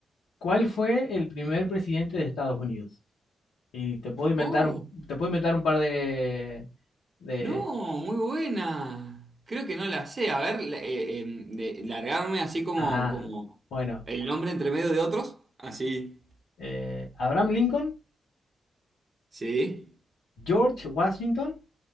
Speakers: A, on the left (about 80°); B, on the right (about 40°).
A: ¿cuál fue el primer presidente de Estados Unidos? Y te puedo inventar
B: Oh.
A: un, te puedo inventar un par de, de,
B: No, muy buena. Creo que no la sé. A ver, la- eh, eh, de- largarme así como,
A: ajá.
B: como
A: Bueno,
B: el nombre entre medio de otros. Así.
A: eh, Abraham Lincoln,
B: Sí,
A: George Washington